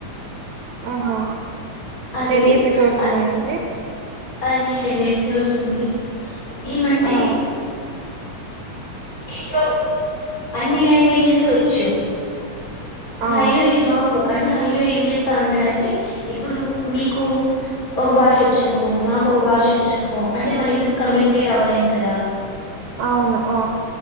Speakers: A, on the right (about 75°); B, on the left (about 25°).
A: ఆహో
B: అది
A: ఎన్ని ఎపిసోడ్స్
B: అది
A: ఉన్నాయండి
B: అది టెన్ ఎపిసోడ్స్ ఉంది. ఏమంటే
A: ఆ
B: హీరోకి అన్ని లాంగ్వేజెస్ వచ్చు
A: ఆ
B: హైరో ఈ జాబ్ అంటే హై ఏం చేస్తా ఉంటాడంటే ఇప్పుడు మీకు ఒక భాష వచ్చినుకో నాకు ఒక భాష వ చ్చనుకో అం టే మన ఇద్దరం కమ్యూనికేట్
A: మ్
B: అవ్వలేం కదా
A: అవును ఆ